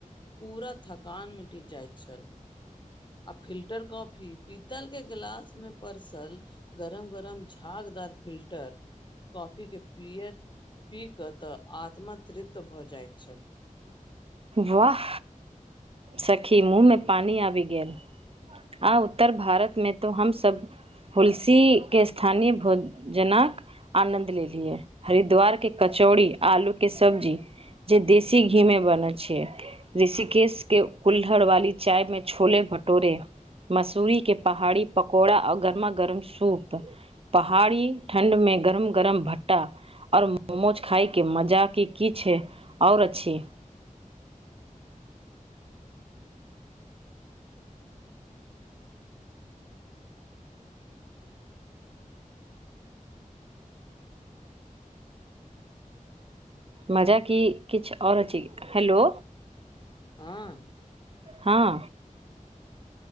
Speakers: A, on the left; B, on the right.
A: पूरा। थकान मिट जाइत छल, आ फिल्टर कॉफी, पीतल के गिलास में। परसल गरम-गरम झागदार फिल्टर। कॉफी के पिय, पी कऽ तऽ आत्मा तृप्त भ जाइत छल।
B: वाह। सखी मुँह मे पानी आबि गेल। आ उत्तर भारत मे तो हमसब हुलसी के स्थानीय भोज जेना आनन्द लेलीयै हरिद्वार के कचौड़ी, आलू के सब्जी जे देशी घी में बनल छिये ऋषिकेश के कुल्हड़ वाली चाय में छोले भटोरे मसूरी के पहाड़ी पकौड़ा आ गरमा गर्म सूप पहाड़ी ठण्ड मे गरम गरम भट्टा आ ओर मोमोज खााय के मजा के की छे आओर अछी। मजा की किछ आओर अछी, हेलो।
A: हां
B: हां